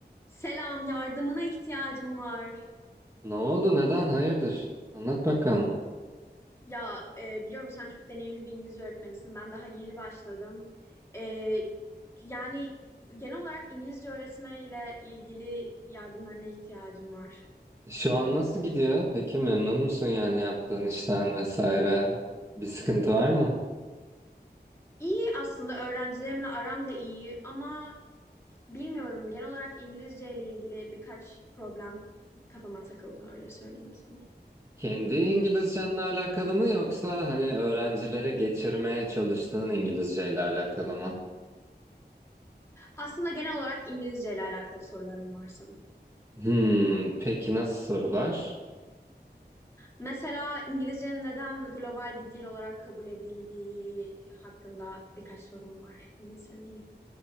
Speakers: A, on the left; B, on the right.
A: Selam, yardımına ihtiyacım var.
B: Ne oldu? Neden? Hayırdır? Anlat bakalım.
A: Ya e, biliyorum sen çok deneyimli bir İngilizce öğretmenisin. Ben daha yeni başladım. E, yani genel olarak İngilizce öğretmeyle ilgili yardımlarına ihtiyacım var.
B: E, Şu an nasıl gidiyor? Peki memnun musun yani yaptığın işten vesaire? Bir sıkıntı var mı?
A: İyi aslında öğrencilerimle aram da iyi ama bilmiyorum genel olarak İngilizce ile ilgili birkaç problem kafama takıldı öyle söyleyeyim sana.
B: Kendi İngilizcenle alakalı mı yoksa hani öğrencilere geçirmeye çalıştığın İngilizceyle alakalı mı?
A: Aslında genel olarak İngilizce ile alakalı sorularım var sana.
B: Hmm, peki nasıl sorular?
A: Mesela İngilizcenin neden global bir dil olarak kabul edildiği hakkında birkaç sorum var. Öyle söyleyeyim.